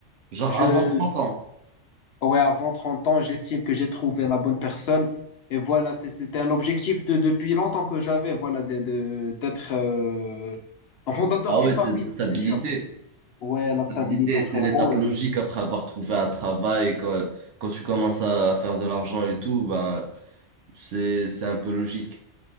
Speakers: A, on the right; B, on the left.
A: Genre
B: Je,
A: avant 30
B: je-
A: ans.
B: ouais, avant 30 ans, j'estime que j'ai trouvé la bonne personne. Et voilà, c'est- c'était un objectif de, depuis longtemps que j'avais, voilà, de, de, d'être euh, un fondateur
A: Ah
B: d'une
A: ouais, c'est
B: famille,
A: de la stabilité.
B: bien sûr. Ouais,
A: C'est la
B: la
A: stabilité,
B: stabilité,
A: c'est
B: frérot.
A: l'étape logique après avoir trouvé un travail. Quand, quand tu commences à faire de l'argent et tout, ben. C'est, c'est un peu logique.